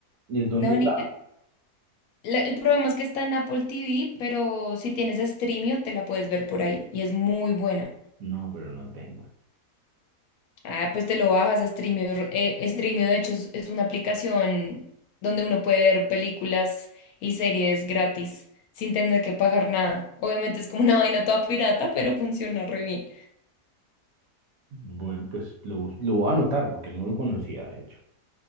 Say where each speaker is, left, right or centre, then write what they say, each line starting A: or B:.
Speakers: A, on the right; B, on the left.
A: ¿Y es dónde
B: No,
A: está?
B: ni la- el problema es que está en Apple TV, pero si tienes Streamio te la puedes ver por ahí y es muy buena.
A: No, pero no tengo.
B: Ah, pues te lo bajas a Streamio. eh, Streamio, de hecho, es, es una aplicación donde uno puede ver películas y series gratis sin tener que pagar nada. Obviamente es como una vaina toda pirata, pero funciona re bien.
A: Bueno, pues lo, bus- lo voy a anotar porque no lo conocía, de hecho.